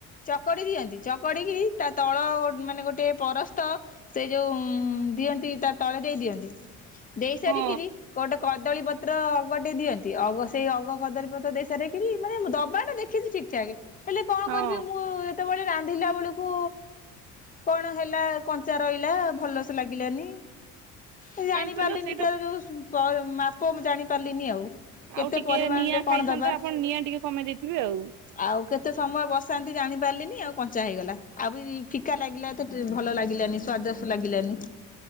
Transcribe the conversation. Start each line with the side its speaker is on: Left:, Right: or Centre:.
Left: ଚକଡ଼ି ଦିଅନ୍ତି ଚକଡ଼ିକି ତା ତଳ ମାନେ ଗୋଟେ ପରସ୍ତ ସେ ଯୋଉ ଦିଅନ୍ତି ତା ତଳେ ଦେଇ ଦିଅନ୍ତି ଦେଇ ସାରିକିରି
Right: ହଁ
Left: କଦଳୀପତ୍ର ଅଗଟେ ଦିଅନ୍ତି ଅଗ ସେଇ ଅଗ କଦଳୀପତ୍ର ଦେଇସାରିକିରି ମାନେ ଦବାଟା ଦେଖିଛି ଠିକ୍। ଚାଗେ ହେଲେ କଣ
Right: ହଁ
Left: କରିବି ମୁଁ ଯେତେବେଳେ ରାନ୍ଧିଲା ବେଳକୁ କଣ ହେଲା କଞ୍ଚା ରହିଲା ଭଲ ସେ ଲାଗିଲାନି। ଏ ଜାଣିପାରିଲିନି
Right: କାହିଁ କହିଲ ସେଇଟା
Left: ତାର ଯୋଉ ମାପ ମୁଁ ଜାଣିପାରିଲିନି ଆଉ। କେତେ
Right: ଆଉ ଟିକେ
Left: ପରିମାଣରେ
Right: ନିଆଁ
Left: କଣ
Right: ଖାଇଥାନ୍ତା
Left: ଦବା
Right: ଆପଣ ନିଆଁ ଟିକେ କମେଇ ଦେଇଥିବେ ଆଉ।
Left: ଆଉ କେତେ ସମୟ ବସାନ୍ତି ଜାଣିପାରିଲିନି ଆଉ କଞ୍ଚା ହେଇଗଲା ଆଉ ବି ଫିକା ଲାଗିଲା ତ ଭଲ ଲାଗିଲାନି ସ୍ୱାଦସ୍ ଲାଗିଲାନି।